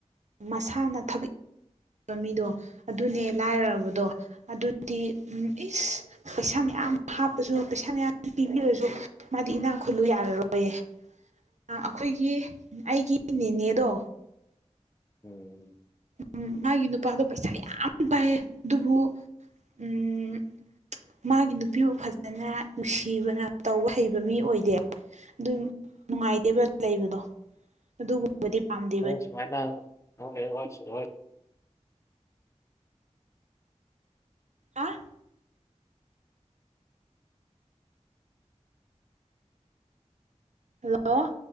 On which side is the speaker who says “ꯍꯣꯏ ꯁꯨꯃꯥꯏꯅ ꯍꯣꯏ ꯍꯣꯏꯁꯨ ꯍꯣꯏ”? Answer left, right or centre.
Left